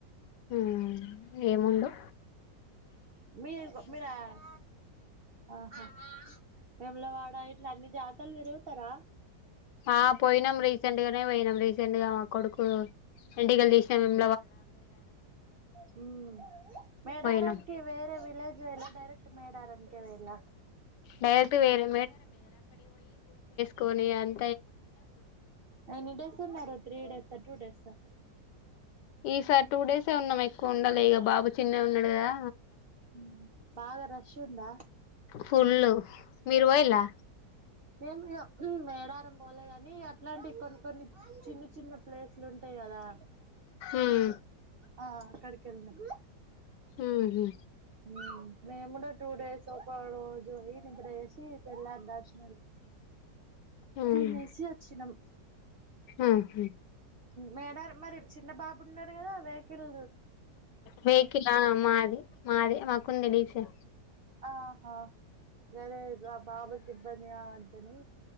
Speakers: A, on the left; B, on the right.
A: ఉమ్ ఏం ఉండవు
B: మీరు ఇగో మీరా ఆ ఆహ ఆ వేములవాడ ఇట్లా అన్ని జాతారలు తిరుగుతారా
A: ఆ పోయినాం రీసెంట్ గానే పోయినాం రీసెంట్ గా మా కొడుకు ఎంటికలు తీసినం మేము
B: హ్మ్మ్ మెడారన్నికి
A: పోయినాం
B: వేరే విలేజ్ మీరా డైరక్ట్ మేడారనీకే పోయిళ్ళ
A: డైరెక్ట్ వేరే కొనీ అన్
B: ఎన్ని డేస్ ఉన్నారు త్రీ డేస్ స టూ డేస్ ఆ
A: ఈసారి టూ డేసే ఉన్నాం ఎక్కువ ఉండాలే ఇగా బాబు చిన్నగున్నడు గదా
B: ఉహు బాగా రష్ ఉందా
A: ఫుల్లు మీరు వొయ్యిలా
B: మేము ఇగ ఉ మేడారం పోలే గాని అట్లాంటి కొన్ని కొన్ని చిన్న చిన్న ప్లేసులు ఉంటాయి కదా
A: ఉమ్
B: ఆ అక్కడికి ఎళ్ళినం
A: ఉహు
B: ఊ మేం గుడా టూ డేస్ ఒక రోజు అయ్యి నిద్ర జేసి తెళ్ళరీ దర్శ్
A: ఉమ్
B: తినేసి వచ్చినం
A: ఉహు
B: మేడారం మరి చిన్న బాబు ఉన్నడు కదా వేహికిల్
A: వెహికిల మాది మాదే మాక్ కొన్ని డీషో
B: ఆహా గదే గ బాబుకి ఇబ్బంది కావద్దని